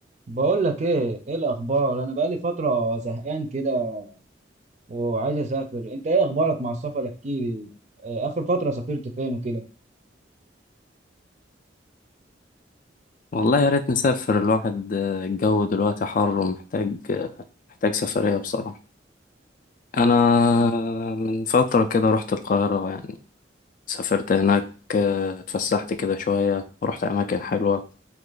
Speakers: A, on the right; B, on the left.
A: بقول لك ايه ايه الاخبار انا بقالي فتره زهقان كده وعايز اسافر انت ايه اخبارك مع السفر احكي لي آه، اخر فتره سافرت فين وكده
B: والله يا ريت نسافر الواحد آه، الجو دلوقتي حر ومحتاج آه، محتاج سفرية بصراحة أنا من فترة كده رحت القاهرة يعني سافرت هناك آه، اتفسحت كده شوية ورحت أماكن حلوة